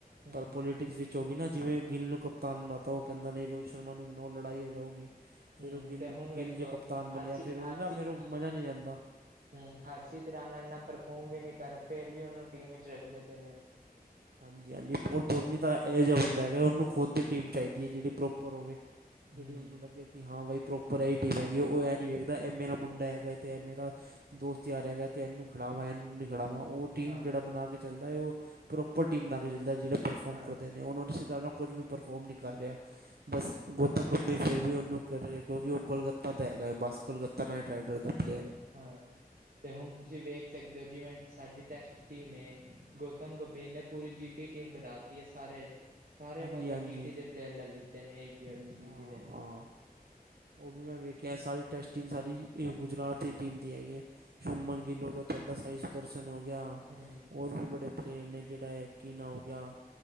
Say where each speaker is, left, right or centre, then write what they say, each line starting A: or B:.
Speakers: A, on the right; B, on the right.
A: ਹੂੰ
B: ਪਰ ਪੋਲੀਟਿਕਸ ਵਿੱਚ ਚ ਹੋਗੀ ਨਾ ਜਿਵੇਂ ਗਿੱਲ ਨੂੰ ਕਪਤਾਨ ਬਣਾ ਤ ਉਹ ਕਹਿੰਦਾ ਨਹੀਂ ਰੋਹਿਤ ਸ਼ਰਮਾ ਨੂੰ ਬਣਾਓ ਲੜਾਈ ਹੋ ਜਾਊਗੀ ਫਿਰ
A: ਹਮ,
B: ਉਹ ਗਿੱਲ
A: ਤੇ ਹੁਣ ਵੇਖੋ
B: ਗਿੱਲ ਜੇ ਕਪਤਾਨ ਬਣਿਆ
A: ਹਰਸੀ-
B: ਫਿਰ ਉਹ
A: ਹਰਸੀ
B: ਨਾ ਫਿਰ ਉਹ
A: ਹਮ
B: ਮਜ਼ਾ ਨਹੀਂ ਰਹਿੰਦਾ
A: ਹਰਸੀਤ ਰਾਣਾ ਨਾਲ ਇਨਾ ਪਰਫੋਰਮ ਵੀ ਨੀ ਕਰਨ ਫੇਰ ਵੀ ਉਹਨੂੰ ਟੀਮ ਵਿਚ ਰੱਖਦੇ ਪਏ ਨੇ।
B: <unintelligible> <unintelligible> ਹਾਂਜੀ-ਹਾਂਜੀ, ਉਹ ਦੋਨੀ ਤਾਂ ਇਹੋ ਜਿਹਾ ਬੰਦਾ ਹੈਗਾ, ਉਹਨੂੰ ਖੁਦ ਦੀ ਟੀਮ ਚਾਹੀਦੀ ਹੈ, ਜਿਹੜੀ ਪ੍ਰੋਪਰ ਹੋਵੇ। ਜਿਹੜੀ
A: ਹੂੰ
B: ਉਹਨੂੰ ਲੱਗੇ, ਕਿ ਹਾਂ ਬਾਈ ਪ੍ਰੋਪਰ ਇਹ ਟੀਮ ਹੈਗੀ ਹੈ, ਉਹ ਏਹ ਨਹੀਂ ਵੇਖਦਾ ਇਹ ਮੇਰਾ ਮੁੰਡਾ ਹੈਗਾ ਅਤੇ ਇਹ ਮੇਰਾ ਦੋਸਤ ਯਾਰ ਹੈਗਾ ਤੇ ਇਹਨੂੰ ਖੜਾਵਾਂ, ਇਹਨੂੰ ਨਹੀਂ ਖੜਾਵਾਂ ਉਹ ਟੀਮ
A: ਹਾਂ
B: ਜਿਹੜਾ ਬਣਾ ਕੇ ਚੱਲਦਾ ਹੈ, ਉਹ ਪ੍ਰੋਪਰ ਟੀਮ ਬਣਾ ਕੇ ਚੱਲਦਾ ਜਿਹੜੇ ਪਰਫੋਮ
A: ਹਾਂ
B: ਕਰਦੇ ਨੇ ਉਹਨਾਂ ਨੂੰ ਕੁਝ ਵੀ ਪਰਫੋਮ ਨਹੀਂ ਕਰ ਰਿਹਾ,
A: ਹੂੰ
B: ਬਸ ਗੁ ਗੌਤਮ ਗੰਭੀਰ ਫਿਰ ਵੀ ਉਹਨੂੰ ਕਰੇਗਾ, ਕਿਉਂਕਿ ਉਹ ਕੋਲਕੱਤਾ ਦਾ ਹੈਗਾ, ਬਸ ਕੋਲਕੱਤਾ ਨਾਈਟ ਰਾਈਡਰ ਦਾ ਪਲੇਅਰ ਏ।
A: ਹਾਂ, ਤੇ ਹੁਣ ਤੁਸੀਂ ਵੇਖ ਸਕਦੇ ਹੋ ਜਿਵੇਂ ਸਾਡੀ ਟੈਸਟ ਟੀਮ ਹੈ, ਗੌਤਮ ਗੰਭੀਰ ਨੇ ਪੂਰੀ ਜੀ ਟੀ ਟੀਮ ਬਣਾਤੀ ਏ ਸਾਰੇ ਸਾਰੇ
B: ਹਾਂਜੀ
A: ਮਤਲਬ
B: ਹਾਂਜੀ
A: ਜੀ ਟੀ ਦੇ ਪਲੇਅਰ ਲੈ ਲਿੱਤੇ ਨੇ ਆਈ ਪੀ ਐਲ ਜੀ
B: ਹਾਂ
A: ਟੀ ਦੇ
B: ਹਾਂ ਉਹ ਵੀ ਮੈਂ ਵੇਖਿਆ, ਸਾਰੀ ਟੈਸਟ ਟੀਮ ਸਾਰੀ ਗੁਜਰਾਤ ਦੀ ਟੀਮ ਦੀ ਹੈਗੀ ਹੈ। ਸ਼ੁਭਮਨ ਗਿੱਲ ਹੋ ਗਿਆ, ਤੁਹਾਡਾ ਸਾਈ-'- ਦਰਸ਼ਨ ਹੋ ਗਿਆ,
A: ਹੂੰ
B: ਹੋਰ ਵੀ ਬੜੇ ਪਲੇਰ ਨੇ, ਜਿਹੜਾ ਇਹ ਕਿ ਨਾ ਹੋ ਗਿਆ